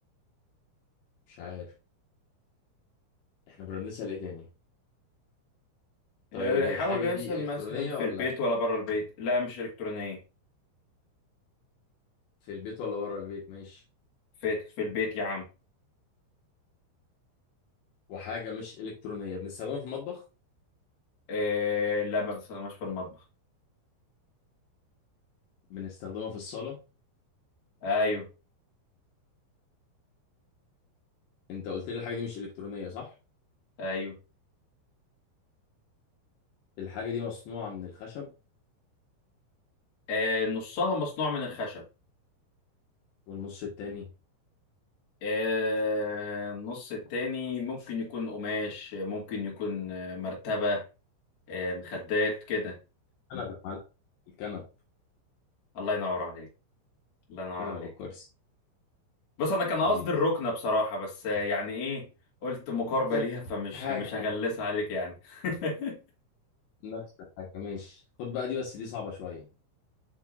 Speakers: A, on the left (about 70°); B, on the left (about 40°).
A: مش عارف احنا كنا بنسأل ايه تاني طيب
B: آه،
A: الحاجة
B: حاول يسأل
A: دي إلكترونية
B: مثلا في
A: ولا
B: البيت ولا بره البيت لا مش إلكترونية
A: في البيت ولا بره البيت ماشي
B: في في البيت يا عم
A: وحاجة مش إلكترونية بنستخدمها في المطبخ
B: آه، لا ما بستخدمهاش في المطبخ
A: بنستخدمها في الصالة
B: ايوه
A: انت قلت لي الحاجة دي مش إلكترونية صح
B: ايوه
A: الحاجة دي مصنوعة من الخشب
B: آه، نصها مصنوع من الخشب
A: والنص التاني
B: آه، النص التاني ممكن يكون قماش ممكن يكون آه، مرتبة آه، مخدات كده
A: كنبة يا معلم الكنبة
B: الله ينور عليك الله ينور
A: الكنبة
B: عليك
A: أو الكرسي
B: بص انا كان قصدي
A: حبيبي
B: الركنه بصراحه بس يعني ايه قلت مقاربه
A: نفس
B: ليها فمش
A: الحاجة
B: مش هغلسها عليك يعني <laughs>
A: نفس الحاجة ماشي خد بقى دي بس دي صعبة شوية